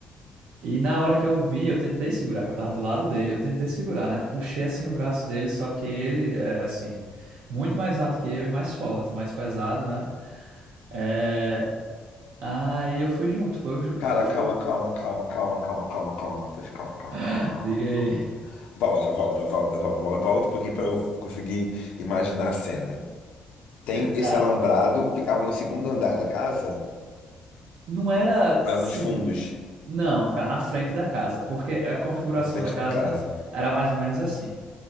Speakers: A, on the right; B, on the left.
A: E na hora que eu vi, eu tentei segurar, que eu tava do lado dele, eu tentei segurar, né? Puxei assim o braço dele, só que ele é assim, muito mais alto que eu e mais forte, mais pesado, né? É... Aí eu fui junto, foi, o-
B: Cara,
A: eu fui.
B: calma,
A: o-
B: calma, calma, calma, calma, calma, calma, Matheus. Calma, calma, calma,
A: <laughs>
B: calma,
A: Liga
B: calma,
A: aí.
B: calma. calma. Volta, volta, volta, volta, volta, volta um pouquinho para eu conseguir imaginar a cena. Tem
A: Cara,
B: esse alambrado, ficava no segundo andar da casa?
A: não era seguro.
B: Ou Era nos fundos,
A: Não, ficar na frente da casa, porque a configuração
B: à frente
A: da casa
B: da casa.
A: era mais ou menos assim.